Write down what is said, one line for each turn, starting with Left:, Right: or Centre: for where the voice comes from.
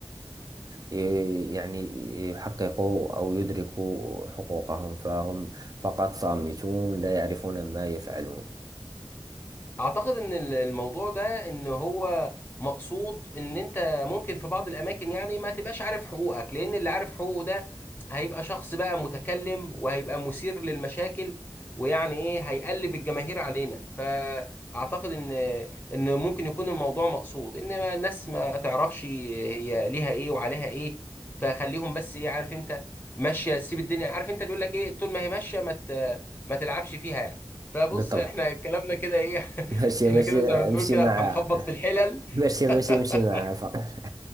Right: ي- يعني يحققوا أو يدركوا حقوقهم فهم فقط صامتون لا يعرفون ما يفعلون
Left: اعتقد ان ال- الموضوع ده ان هو مقصود ان انت ممكن في بعض الاماكن يعني ما تبقاش عارف حقوقك لان اللي عارف حقوقه ده هيبقى شخص بقى متكلم وهيبقى مثير للمشاكل ويعني ايه هيقلب الجماهير علينا فاعتقد ان ان ممكن يكون الموضوع مقصود انما الناس ما تعرفش هي ليها ايه وعليها ايه فخليهم بس ايه عارف انت ماشيه سيب الدنيا عارف انت اللي يقول لك ايه طول ما هي ماشيه ما ت- ما تلعبش فيها يعني فبص
Right: بالطبع
Left: احنا كلامنا كده ايه
Right: ماشي
Left: <laughs> احنا
Right: ماشي
Left: كده زي
Right: امشي
Left: ما بنقول كده
Right: مع
Left: هنخبط في الحلل
Right: ماشي ماشي
Left: <laughs>
Right: امشي مع فقط <laughs>